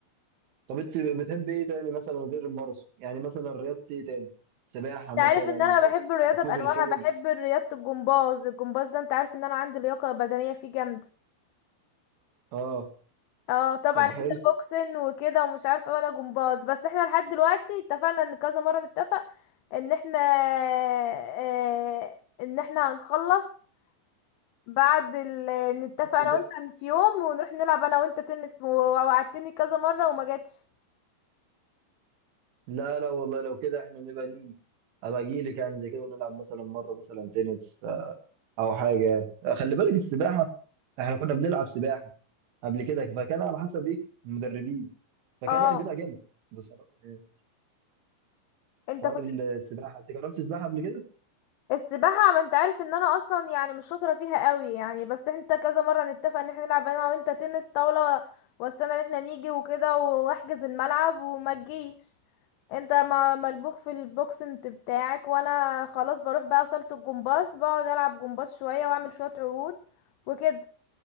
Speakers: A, on the right; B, on the left.
A: طب انت بتحب ايه تاني مثلا غير الماراثون يعني مثلا رياضه ايه تاني سباحه
B: انت
A: مثلا
B: عارف ان انا بحب الرياضة
A: ركوب
B: بانواعها
A: الخيل
B: بحب رياضة الجمباز الجمباز ده انت عارف ان انا عندي لياقة بدنية فيه جامدة
A: اه
B: اه طبعا
A: طب
B: انت
A: حلو
B: بوكسن وكده ومش عارفه إيه وانا جمباز بس احنا لحد دلوقتي اتفقنا ان كذا مره نتفق ان احنا آه، ان احنا هنخلص بعد ال... نتفق
A: طب
B: انا
A: بقى-
B: وانت عن- في يوم ونروح نلعب انا وانت تنس و- ووعدتني كذا مره وما جاتش
A: لا لا والله لو كده احنا نبقى نيجي ابقى اجي لك يعني زي كده ونلعب مثلا مره مثلا تنس آه، او حاجه يعني آه، خلي بالك السباحه احنا كنا بنلعب سباحه قبل كده فكان على حسب ايه المدربين فكان
B: اه
A: يعني بيبقى جامد بصراحه يعني.
B: انت
A: حوار
B: كنت
A: السباحه انت جربت سباحه قبل كده
B: السباحه ما انت عارف ان انا اصلا يعني مش شاطره فيها قوي يعني بس انت كذا مره نتفق ان احنا نلعب انا وانت تنس طاوله واستنى ان احنا نيجي وكده واحجز الملعب وما تجيش انت ما- ملبوخ في البوكسنت بتاعك وانا خلاص بروح بقى صالة الجمباز بقعد العب جمباز شوية واعمل شوية عروض وكده